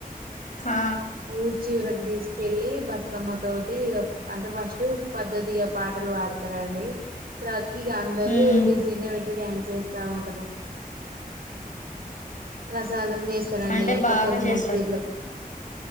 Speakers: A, on the left (about 55°); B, on the right (about 75°).
A: ఆ
B: ఊరి చివర తీసుకెళ్ళి బతుకమ్మ తోటి అంటే ఫస్ట్ పద్దతిగా పాటలు పాడతారండి తరువ ఇక అందరరు
A: ఉమ్
B: డిజె నే పెట్టి డాం చేస్తా ఉంటరు రస్ ప్రసాదం చేస్తారండి
A: అంటే
B: ఒక్కొక్కరు
A: బాగా చేస్తారు
B: మూడు తీరులకు